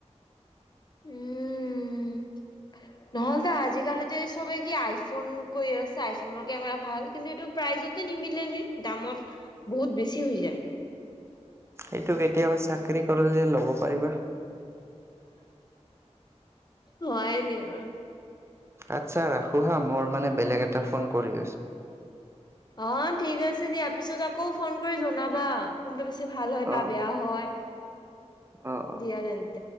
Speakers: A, on the left; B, on the right.
A: উম নহ'লে দো আজিকালিতো এই চবে কি আইফোন কৰি আছে আইফনৰ কেমেৰা ভাল কিন্তু এইটো প্ৰাইজতে নিমিলে যে দামত বহুত বেছি হৈ যায়।
B: এইটো কেতিয়াবা চাকৰি কৰিলে ল'ব পাৰিবা।
A: হয় এিয়।
B: আচছা ৰাখো হা মোৰ ম ফোন কৰি।
A: অ ঠিক আছে দিয়া পিছত আকৌ ফোন কৰি জনাবা কোনটো প। ভাল হয়
B: অ',
A: বা বেয়া হয়।
B: অ', অ'।
A: দিয়াদ এন্ত।